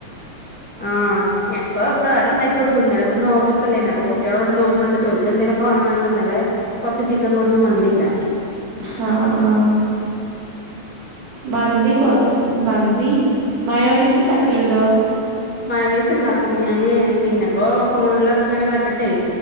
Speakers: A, in the centre; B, on the right.
A: ആഹ്ഞ ഇപ്പ വാടണ്ടായി കൊടുക്കും ഇപ്പ നോമ്പോൊക്കല്ലേന്നെപ്പൊ കുട്ടികള ഇവിടെ നോമ്പോടുത്തിട്ട്ോക്ക് എന്തലും വില്ലെ കൊറച്ച് ചിക്കൻ കൂടെന്ന് മന്തി ഉണ്ടാക്കി
B: ആഹ ആഹ മന്തി പൊറ മന്തി മയോണിസ് ഉണ്ടാക്കലുണ്ടോ
A: മയണൈസ് ഉണ്ടാക്കും ഞാന് പിന്നെപ്പോ ഫോണിലൊക്കെ അങ്ങനെ കണ്ടിട്ടേ